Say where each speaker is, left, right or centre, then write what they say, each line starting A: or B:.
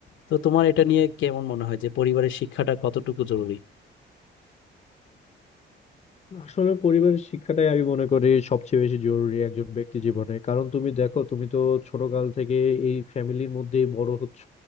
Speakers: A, on the left; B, on the left.
A: তো তোমার এটা নিয়ে কেমন মনে হয় যে পরিবারের শিক্ষাটা কতটুকু জরুরি
B: আসলে পরিবারের শিক্ষাটাই আমি মনে করি সবচেয়ে বেশি জরুরি একজন ব্যক্তি জীবনে কারণ তুমি দেখো তুমি তো ছোটকাল থেকে এই ফ্যামিলির মধ্যে বড় হচ্ছ